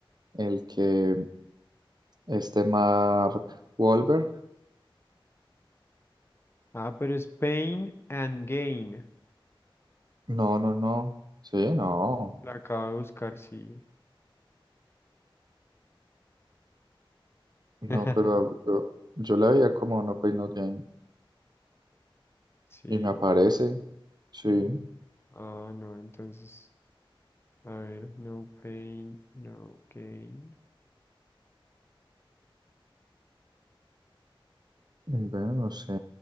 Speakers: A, on the right; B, on the left.
A: el que este Mark Wahlberg.
B: Ah, pero es pain and gain.
A: No, no, no. Sí, no.
B: La acabo de buscar, sí.
A: No,
B: <laughs>
A: pero yo, yo la veía como No Pain No Gain.
B: Sí.
A: Y me aparece. Sí.
B: Ah, no, entonces, a ver, no pain, no gain.
A: Bueno, no sé.